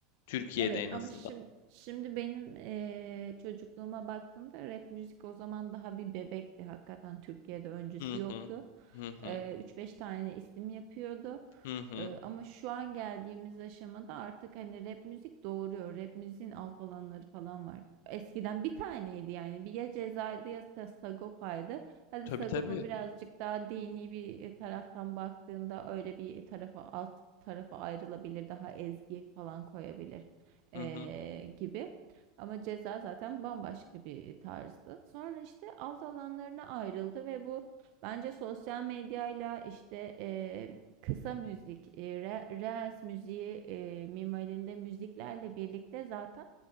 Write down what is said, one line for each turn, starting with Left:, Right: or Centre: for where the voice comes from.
Left: Türkiye'de
Right: Evet
Left: en azından.
Right: ama şimdi şimdi benim eee, çocukluğuma baktığımda rap müzik o zaman daha bir bebekti. Hakikaten Türkiye'de öncüsü
Left: Hı
Right: yoktu.
Left: hı. Hı hı.
Right: Eee 3-5 tane isim yapıyordu.
Left: Hı hı.
Right: Eee, ama şu an geldiğimiz aşamada artık hani rap müzik doğuruyor. Rap müziğin alt alanları falan var. Eskiden bir taneydi yani. Bir ya Ceza'ydı ya Sa- Sagopa'ydı. Hadi
Left: Tabii
Right: Sagopa
Left: tabii.
Right: birazcık daha dini bir e, taraftan baktığında öyle bir tarafa alt tarafa ayrılabilir. Daha ezgi falan koyabilir eee,
Left: Hı hı.
Right: gibi. Ama ceza zaten bambaşka bir tarzdı. Sonra işte alt alanlarına ayrıldı ve bu bence sosyal medyayla işte eee, kısa müzik, eee, re- reels müziği eee, minvalinde müziklerle birlikte zaten